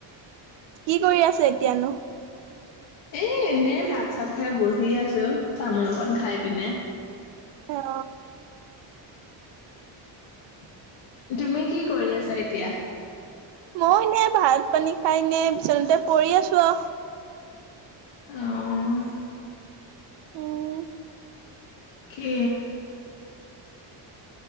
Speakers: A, on the right; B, on the left.
A: কি কৰি আছে এতিয়ানো?
B: এ এনেই ভাত চাত খাই বহি আছো তামোল অকণ খাই পিনে।
A: অ
B: <inaudible> তুমি কি কৰি আছা? এতিয়া।
A: মই এনে ভাত ভাত পানী খাই ইনে বিচনাতে পৰি আছো আৰু
B: আহ।
A: উম।
B: কি?